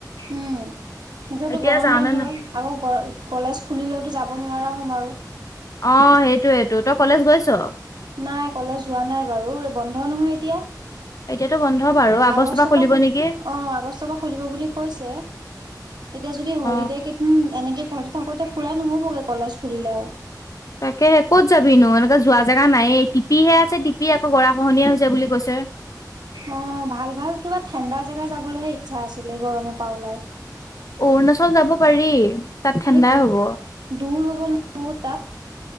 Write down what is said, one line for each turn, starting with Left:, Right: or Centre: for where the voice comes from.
Right: উম এতিতো
Left: এতিয়া
Right: গৰম
Left: যাওঁ
Right: বন্ধ
Left: নে না
Right: আকৌ কলেজ খুলিলেওতো যাব। যাব নোৱাৰা হ'ম আৰু
Left: অ সেইটোৱেটো তই কলেজ গৈছ?
Right: নাই কলেজ হোৱা নাই বাৰু এই বন্ধ নহয় এতিয়া।
Left: এতিয়াতো বন্ধ বাৰু
Right: আগষ্টৰ
Left: খুলিব
Right: পৰা অ
Left: নেকি
Right: আগষ্টৰ পৰা খুলিব বুলি কৈছে। এতিয়া যদি হলিডে
Left: অ
Right: কেইদিন এনেকে ঘৰতে থাকোতে ফুৰা নহবগে কলেজ খুলিলে আও।
Left: তাকে কত যাবি নো এনেকে যোৱা জেগা নাই টিপিহে আছে টিপি আকৌ গৰা খহনীয়া হৈছে বুলি কৈছে।
Right: অ ভাল ভাল কিবা ঠাণ্ডা জেগা যাবলৈহে ইচ্ছা আছিলে গৰমৰ পৰা ওলাই।
Left: অৰুণাচল যাব পাৰি। তাত ঠাণ্ডাই
Right: সেই দ
Left: হ'ব।
Right: দূৰ হ'ব নোৱাৰ তাত।